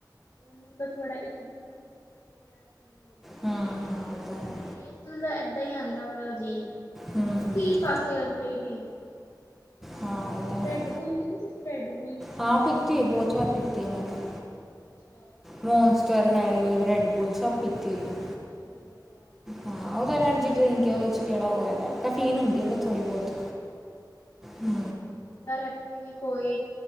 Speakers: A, on the left; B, in the centre.
A: ਉਹਨੂੰ ਤਾਂ ਥੋੜਾ ਇੱਕ ਦਿਨ ਤਾਂ ਲੱਗੂਗਾ ਹੀ ਨਾ ਯਾਰ ਕੀ ਪੀ ਰਿਹਾ
B: ਹਾਂ ਹਾਂ ਇਹ ਤਾਂ ਹੈ
A: ਮਤਲਬ ਏਦਾਂ ਹੀ ਆਦਾ ਉਹ ਅਜੀਬ
B: ਹੂੰ ਹੂੰ
A: ਠੀਕ ਆ ਸਿਹਤ ਲਈ ਠੀਕ ਆ
B: ਹਾਂ ਤਾਂ ਹੈ
A: ਰੈੱਡ ਬੁਲ ਪੀਤੀ ਤੁਸੀਂ ਰੈੱਡ ਬੁਲ
B: ਹਾਂ ਪਿਤੀ ਬੋਹਤ ਵਾਰ ਪਿਤੀ ਏ ਮੈਂ ਤਾਂ
A: ਅੱਛਾ
B: ਮੌਨਸਟਰ ਹੈਲਵੇ ਬ੍ਰੈੱਡ ਬੁੱਲ ਸੱਭ ਪੀਤੇ ਹੋਈ ਏ
A: ਚਲੋ ਵਧੀਆ
B: ਹਾਂ ਉਹ ਤਾਂ ਐਨਰਜੀ ਡਰਿੰਕ ਆ ਉਹਦੇ ਚ' ਕਿਹੜਾ ਉਹ ਵੇ ਤਾਂ ਕਫੀਨ ਹੁੰਦੀ ਉਹ ਤਾਂ ਥੋੜੀ ਬਹੁਤ ਹੂੰ
A: ਯਾਰ ਇੱਥੇ ਵੀ ਕੋਈ